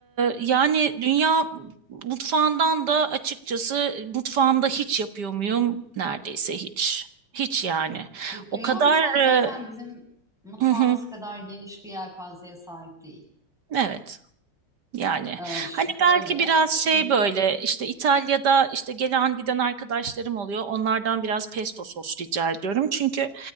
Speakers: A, on the right; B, in the centre.
A: yani dünya mutfağından da açıkçası mutfağımda hiç yapıyor muyum? Neredeyse hiç. Hiç yani.
B: Dü- Dünya
A: O kadar...
B: mutfağı zaten
A: e,
B: bizim mutfağımız
A: hı hı,
B: kadar geniş bir yelpazeye sahip değil.
A: evet. Yani
B: Ee, şöyle.
A: hani belki biraz şey
B: Hı hı.
A: böyle işte İtalya'da işte gelen giden arkadaşlarım oluyor. Onlardan biraz pesto sos rica ediyorum. Çünkü